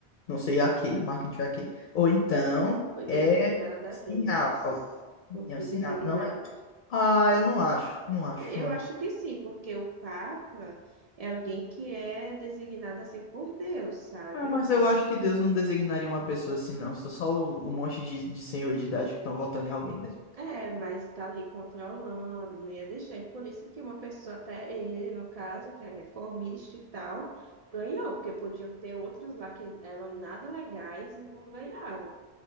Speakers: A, on the left; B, on the right.
A: não sei a que, marketing a que, ou então
B: foi
A: é
B: designado a
A: sinal.
B: Deus. Quando
A: É
B: foi
A: um sinal.
B: designado.
A: Não é. Ah, eu não acho, não acho,
B: Eu
A: não acho.
B: acho que sim, porque o Papa é alguém que é designado assim por Deus, sabe?
A: Ah, mas eu acho que Deus não designaria uma pessoa assim, não. Sou só o, o monte de, de senhor de idade que estão votando em alguém mesmo.
B: É, mas tá ali controlando, não ia deixar. E Por isso que uma pessoa, até ele, no caso, que é reformista e tal, ganhou, porque podiam ter outros lá que eram nada legais e não ganharam.